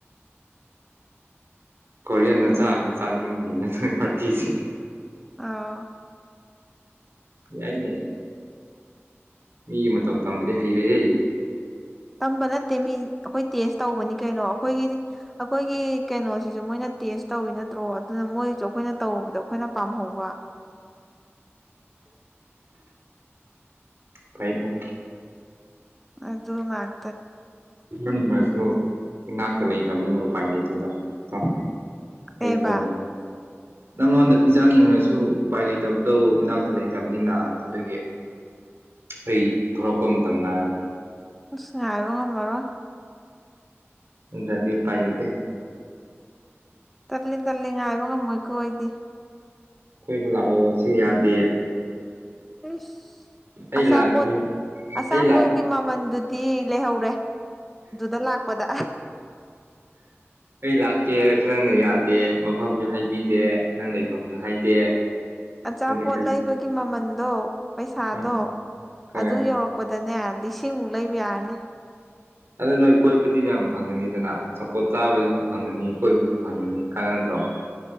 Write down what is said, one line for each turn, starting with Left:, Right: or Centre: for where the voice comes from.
Right: ꯀꯣꯔꯤꯌꯗ ꯆꯥꯒ ꯆꯥꯅꯤꯡꯉꯤꯅꯤꯅ ꯅꯣꯏ ꯄꯥꯔꯇꯤꯁꯤ
Centre: ꯑꯥ
Right: ꯌꯥꯏꯅꯦ ꯃꯤꯒꯤ ꯃꯇꯧ ꯇꯝꯕꯗꯤ ꯍꯩꯔꯦꯍꯦ
Centre: ꯇꯝꯕ ꯅꯠꯇꯦ ꯃꯤ ꯑꯈꯣꯏ ꯇꯦꯁ ꯇꯧꯕꯅꯤ ꯀꯩꯅꯣ ꯑꯩꯈꯣꯏꯒꯤꯗꯤ ꯑꯩꯈꯣꯏꯒꯤ ꯀꯩꯅꯣꯁꯤ ꯁꯨ ꯃꯣꯏꯅ ꯇꯦꯁ ꯇꯧꯋꯤ ꯅꯠꯇ꯭ꯔꯣ ꯑꯗꯨꯅ ꯃꯣꯏꯁꯨ ꯑꯩꯈꯣꯏꯅ ꯇꯧꯔꯨꯕꯗ ꯑꯈꯣꯏꯅ ꯄꯥꯝꯍꯧꯕ <inaudible>
Right: ꯐꯩ ꯐꯩ
Centre: ꯑꯗꯨꯉꯥꯏ
Right: ꯅꯤꯡꯁꯨ ꯏꯅꯥꯛꯇ ꯂꯩꯇꯝꯅꯤꯅ ꯎꯄꯥꯏ ꯂꯩꯇꯦꯗꯣ ꯀꯣ
Centre: ꯀꯩꯕꯥ
Right: ꯑꯩꯥꯀꯣꯟ ꯅꯪꯉꯣꯟꯗ ꯄꯤꯖꯥꯅꯤꯡꯔꯁꯨ ꯎꯄꯥꯏ ꯂꯩꯇꯕꯗꯣ ꯏꯅꯥꯛꯇ ꯂꯩꯇꯕꯅꯤꯅ ꯑꯗꯨꯒꯤ ꯑꯩ ꯊꯣꯔꯛꯄ ꯃꯇꯝ ꯉꯥꯏꯔꯣ
Centre: ꯑꯁ ꯉꯥꯏꯕ ꯉꯝꯃꯔꯣꯏ
Right: ꯅꯇꯔ꯭ꯗꯤ ꯎꯄꯥꯏ ꯂꯩꯇꯦ
Centre: ꯇꯂꯤ ꯇꯂꯤ ꯉꯥꯏꯕ ꯉꯝꯃꯣꯏ ꯀꯣ ꯑꯩꯗꯤ
Right: ꯀꯣꯏꯕ ꯂꯥꯛꯑꯣ ꯁꯤ ꯌꯥꯗꯦ
Centre: ꯑꯁ
Right: ꯑꯩ
Centre: ꯑꯆꯥꯄꯣꯠ
Right: ꯂꯥꯛꯀꯦ
Centre: ꯑꯆꯥꯄꯣꯠꯀꯤ
Right: ꯑꯩ ꯂꯥꯛ
Centre: ꯃꯃꯟꯗꯨ ꯗꯤ ꯂꯩꯍꯧꯔꯦ ꯑꯗꯨꯗ ꯂꯥꯛꯄꯗ
Right: ꯑꯩ ꯂꯥꯛꯀꯦ ꯍꯩꯔꯁꯨ ꯅꯪꯅ ꯌꯥꯗꯦ ꯃꯐꯝꯁꯨ ꯍꯥꯏꯕꯤꯗꯦ ꯅꯪ ꯂꯩꯐꯝꯁꯨ ꯍꯥꯏꯗꯦ
Centre: ꯑꯆꯥꯄꯣꯠ
Right: ꯑꯗꯨꯗꯤ ꯀꯔꯤ
Centre: ꯂꯩꯕꯒꯤ ꯃꯃꯟꯗꯣ ꯄꯩꯁꯥꯗꯣ
Right: ꯎꯝ ꯍꯣꯏ
Centre: ꯑꯗꯨ ꯌꯧꯔꯛꯄ ꯗꯅꯦ ꯂꯤꯁꯤꯡꯃꯨꯛ ꯂꯩꯕ ꯌꯥꯔꯅꯤ
Right: ꯑꯗꯨ ꯅꯣꯏ ꯀꯣꯏꯕꯗꯤ ꯌꯥꯝ ꯐꯪꯉꯅꯤꯗꯅ ꯆꯄꯣꯠ ꯆꯥꯕꯁꯨ ꯐꯪꯉꯅꯤ ꯀꯣꯏꯕꯁꯨ ꯐꯪꯉꯅꯤ ꯀꯥꯟꯅꯗ꯭ꯔꯣ